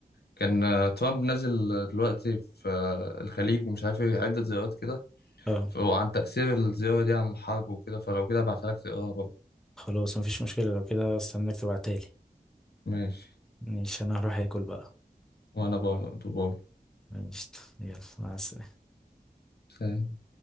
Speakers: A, on the left; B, in the centre.
A: كان ترامب نازل دلوقتي في الخليج ومش عارف ايه عدة زيارات كده
B: اه
A: وعن تأثير الزيارة دي عن الحرب وكده فلو كده ابعتها لك تقراها برضه.
B: خلاص مفيش مشكلة لو كده استناك تبعتها لي
A: ماشي
B: مش انا هروح اكل بقى
A: وأنا برضه باي
B: ماشي يلا مع السلامة
A: سلام